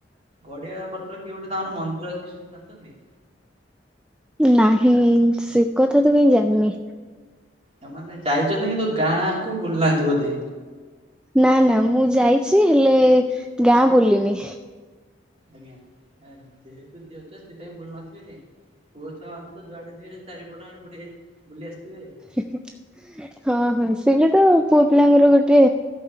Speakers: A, on the right; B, in the centre.
A: ଗଡିଆ ପତ୍ର କିଏ ଗୋଟେ ତାଙ୍କର ମନ୍ଦିର ଅଛି ସେ ଜାଣିଛନ୍ତି?
B: ନାହିଁ, ସେ କଥା ତ କାହିଁ ଜାଣିନି।
A: ତାମାନେ ଯାଇଛନ୍ତି, କିନ୍ତୁ ଗାଁ କୁ ବୁଲି ନାହାନ୍ତି ବୋଧେ?
B: ନା ନା ମୁଁ ଯାଇଛି, ହେଲେ ଗାଁ ବୁଲିନି।
A: ଆଜ୍ଞା, ଏ ଯେହେତୁ ଝିଅ ଝୁଆ ସେଥିପାଇଁ ବୁଲି ନଥିବେ। ପୁଅ ଛୁଆ ମାନେ ତ ଯୁଆଡ଼େ ଯିବେ, ଚାରିପଟ ଆଡୁ ବୁଡ଼ି ବୁଲି ଆସିଥିବେ।
B: ହୁଁ। ହଁ- ହଁ। ସେଇତ ପୁଅ ପିଲାଙ୍କର ଗୋଟେ